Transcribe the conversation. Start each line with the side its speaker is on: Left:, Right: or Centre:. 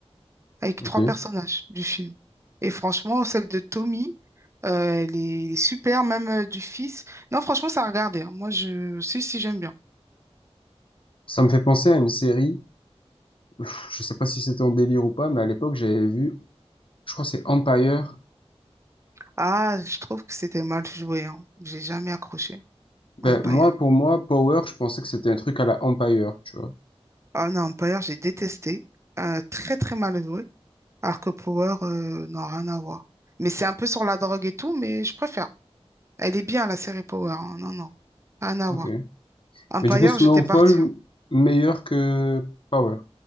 Right: Avec
Left: Ok.
Right: trois personnages du film. Et franchement, celle de Tommy, euh, elle est, elle est super, même euh, du fils. Non, franchement, ça a regardé hein. Moi, je. Si, si, j'aime bien.
Left: Ça me fait penser à une série. Pff, Je sais pas si c'était en délire ou pas, mais à l'époque, j'avais vu. Je crois que c'est Empire.
Right: Ah, je trouve que c'était mal joué, hein. J'ai jamais accroché
Left: Ben,
Right: Empire.
Left: moi, pour moi, Power, je pensais que c'était un truc à la Empire, tu vois.
Right: Ah non, Empire, j'ai détesté. Euh, très, très mal joué. Alors que Power, euh, non, rien à voir. Mais c'est un peu sur la drogue et tout, mais je préfère. Elle est bien, la série Power. hein. Non, non, rien à
Left: Ok.
Right: voir. Empire,
Left: Mais du coup, Snowfall,
Right: j'étais partie. hein.
Left: meilleur que Power.